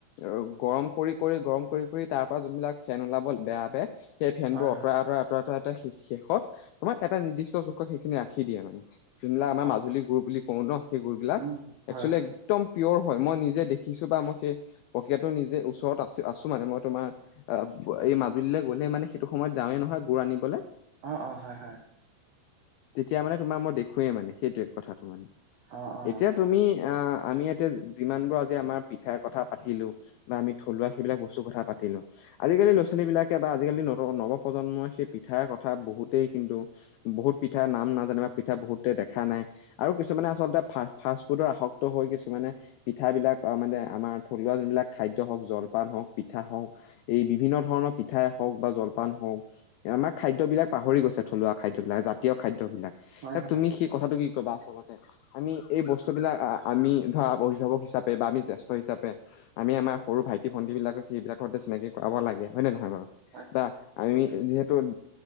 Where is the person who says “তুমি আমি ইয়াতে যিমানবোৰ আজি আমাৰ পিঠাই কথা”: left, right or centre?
Left